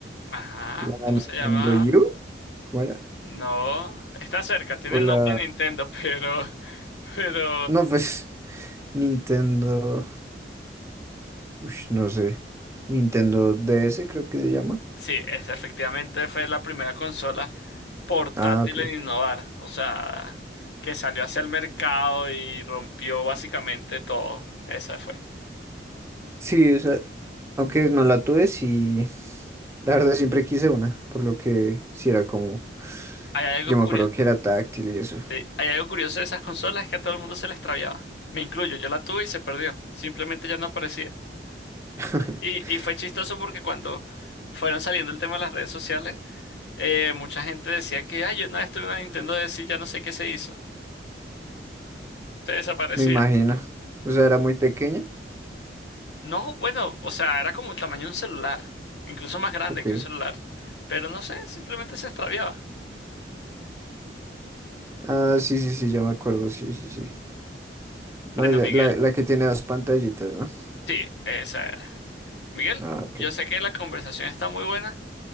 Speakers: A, on the left; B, on the right.
A: Ajá,
B: ¿La
A: ¿cómo
B: Nintendo
A: se llama?
B: U? ¿Cómo era?
A: No, está cerca, tiene
B: O
A: el
B: la.
A: nombre de Nintendo, <laughs> pero, pero
B: No, pues. <laughs> Nintendo. Ush, no sé. Nintendo DS, creo que se llama.
A: sí, esa efectivamente fue la primera consola portátil
B: Ah, ok.
A: en innovar, o sea, que salió hacia el mercado y rompió básicamente todo. Esa fue.
B: Sí, o sea, aunque no la tuve, sí, la verdad siempre quise una, por lo que sí era como,
A: Hay algo
B: yo me
A: curioso,
B: acuerdo que era táctil y eso,
A: hay algo curioso de esas consolas es que a todo el mundo se le extraviaba. Me incluyo, yo la tuve y se perdió, simplemente ya no aparecía.
B: <laughs>
A: Y, y fue chistoso porque cuando fueron saliendo el tema de las redes sociales, Eh, mucha gente decía que, ay, yo una vez tuve una Nintendo DS y ya no sé qué se hizo. Se desaparecía.
B: me imagino, o sea, era muy pequeña,
A: No, bueno, o sea, era como el tamaño de un celular, incluso más grande
B: ok,
A: que un celular. Pero no sé, simplemente se extraviaba.
B: ah, sí, sí, sí, ya me acuerdo, sí, sí, sí,
A: Bueno,
B: no, ya,
A: Miguel,
B: la, la que tiene dos pantallitas, ¿no?
A: sí, esa era. Miguel,
B: Ah, ok,
A: yo sé que la conversación está muy buena